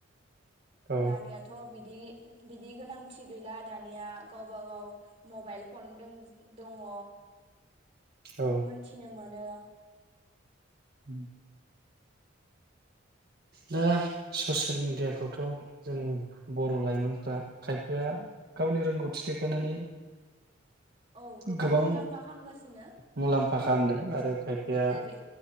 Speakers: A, on the right (about 50°); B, on the right (about 30°).
A: औ
B: दानियाथ' बिद दि बिदि गोनांथि गैला दानिया गावबा गाव मबाइल फन दं दङ।
A: औ
B: मोनथिनोमोन नो।
A: उम। दा ससियेल मिडियाखौथ' जों बर' लाइमोनफ्रा खायफाया गावनि रोंगौथि देखायनानै
B: औ
A: गोबां
B: मुलाम्फा खालामगासिनो
A: मुलाम्फा खालामदों आरो खायफाया
B: जेरै